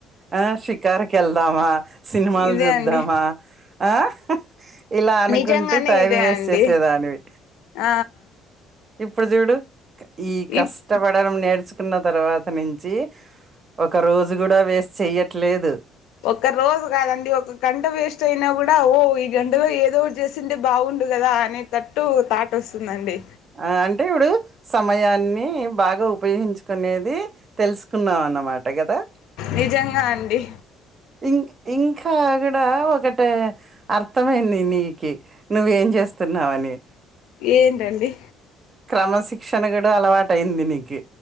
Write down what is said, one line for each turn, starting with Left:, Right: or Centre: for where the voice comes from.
Right: ఆ షికారుకి వెళ్దామా సినిమాలు
Left: ఇదే
Right: చూద్దామా
Left: అండి
Right: ఆ ఇలా అనుకుంటూ
Left: నిజంగానే
Right: టైం
Left: ఇదే
Right: వేస్ట్
Left: అండి
Right: చేసేదానివి
Left: ఆ
Right: ఇప్పుడు చూడు ఈ కష్టపడడం
Left: ఇప్
Right: నేర్చు కున్న తర్వాత నుంచి ఒక రోజు కూడ వేస్ట్ చెయ్యట్లేదు.
Left: ఒక్క రోజు కాదండి ఒక గంట వేస్ట్ అయినా కూడా ఓ ఈ గంటలో ఏదోటి చేస్ సింటే బాగుండు కదా అనేటట్టు తాట్ వస్తుందండి.
Right: ఆ అంటే ఇవుడు సమయాన్ని బాగ ఉపయోగించుకునేది తెలుసుకున్నాం అన్నమాట కదా!
Left: నిజంగా అండి
Right: ఇం ఇంకా కూడ ఒకట అర్థమైంది నీకి నువ్వేం చేస్తున్నావని
Left: ఏంటండి
Right: క్రమశిక్షణ కూడా అలవాటయింది నీకి